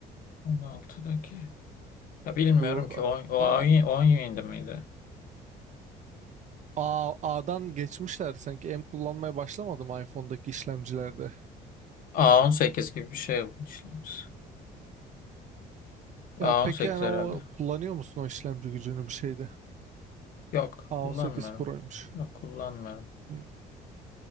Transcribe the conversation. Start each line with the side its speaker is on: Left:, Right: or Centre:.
Left: 16'daki. Ya bilmiyorum
Right: Bu
Left: ki on- o
Right: a,
Left: 10 yönünde miydi?
Right: A, A'dan geçmişlerdi sanki. M kullanmaya başlamadım iPhone'daki işlemcilerde.
Left: a on sekiz gibi bir şey işlemiş.
Right: Ya
Left: a on
Right: peki
Left: sekiz
Right: yani
Left: herhalde.
Right: o kullanıyor musun o işlemci gücünü bir şeyde?
Left: Yok
Right: A18
Left: kullanmıyorum.
Right: Pro'ymuş.
Left: Yok kullanmıyorum.
Right: Hmm.